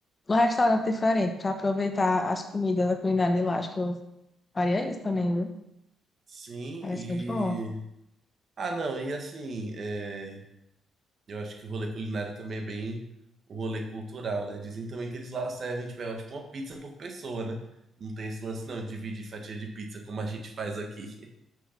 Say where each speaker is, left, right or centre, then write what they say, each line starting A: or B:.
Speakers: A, on the left (about 25°); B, on the right (about 50°).
A: no restaurante diferente, para aproveitar as comidas da culinária de lá. Acho que eu faria isso também, viu?
B: Sim,
A: Parece muito bom.
B: Ah, não, e assim, é, eu acho que o rolê culinário também é bem um rolê cultural, né? Dizem também que eles lá servem, tipo, é, tipo uma pizza por pessoa, né? Não tem esse lance, não, de dividir fatia de pizza como a gente faz aqui.